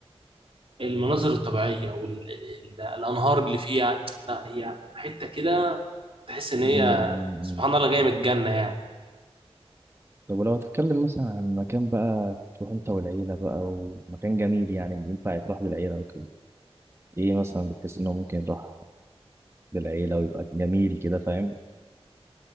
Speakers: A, on the right; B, on the right.
A: المناظر الطبيعيه والانهار اللي فيها لا هي حته كده تحس ان
B: مم،
A: هي
B: مم،
A: سبحان
B: مم.
A: الله جايه من الجنه يعني
B: طب ولو هتتكلم مثلا عن مكان بقى تروح انت والعيله بقى ومكان جميل يعني ينفع يتروح بالعيله وكده ايه مثلا بتحس انه ممكن يروح بالعيله ويبقى جميل كده فاهم